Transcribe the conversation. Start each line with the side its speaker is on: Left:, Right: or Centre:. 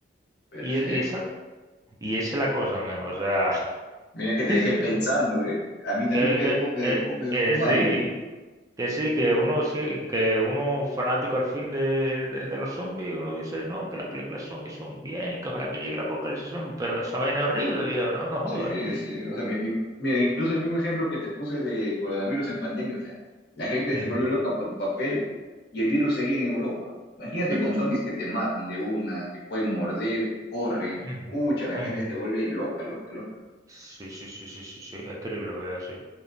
Left: Perfecto.
Right: Y, e- y esa, y esa es la cosa, men, o sea,
Left: Mira
Right: <laughs>
Left: que te
Right: que,
Left: dejé pensando, ¿eh? A mí también
Right: que,
Left: me dejó, me
Right: que,
Left: dejó, me dejó
Right: que
Left: malo,
Right: sí,
Left: ¿eh?
Right: que sí, que uno, sí- que uno fanático al fin de, de, de los zombies, uno dice, no, que las películas zombies son bien, que ojalá que llegue la apocalipsis zombie, pero esa vaina es horrible, viejo, no, no jodas.
Left: Sí, sí, o sea, mi- y- mira, incluso el mismo ejemplo que te puse de coronavirus en pandemia, o sea, la gente
Right: Ujú,
Left: se volvió loca por papel y el virus seguía en Europa. Imagínate
Right: ujú,
Left: con zombies que te matan de una, te pueden morder, corren,
Right: ujú,
Left: pucha, la gente
Right: ujú.
Left: se vuelve loca, loca, loca.
Right: Sí, sí, sí, sí, sí, sí. Escríbelo, que es así.